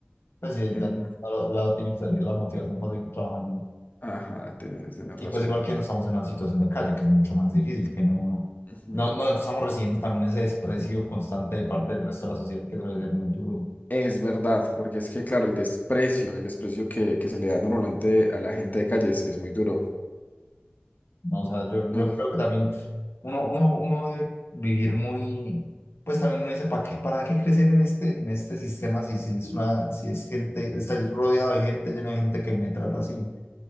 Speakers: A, on the left; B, on the left.
A: Pues sí,
B: Em,
A: de algún lado lado tiene que salir la motivación para seguir trabajando.
B: Ajá, tienes, tienes
A: Y
B: razón.
A: pues igual que no estamos en una situación de calle, que es mucho más difícil, que no,
B: Ujú.
A: no, no estamos recibiendo también ese desprecio constante de parte del resto de la sociedad, que debe ser muy duro.
B: Es verdad, porque es que, claro, el desprecio, el desprecio que, que se le da normalmente a la gente de calles es es muy duro.
A: No, o sea, yo, yo
B: No, no.
A: creo que también uno, uno, uno debe vivir muy, pues también uno dice, ¿para qué, para qué crecer en este, en este sistema si, si es una, si es gente, está rodeado de gente, lleno de gente que me trata así?